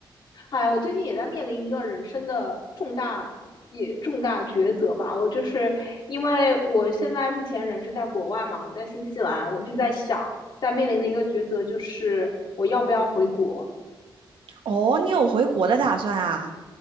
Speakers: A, on the left (about 60°); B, on the right (about 75°).
A: 哎呀我最近也在面临一个人生的重大也重大抉择吧。我就是因为我现在目前人是在国外嘛，我在新西兰，我就在想，在面临的一个抉择就是我要不要回国。
B: 哦，你有回国的打算啊？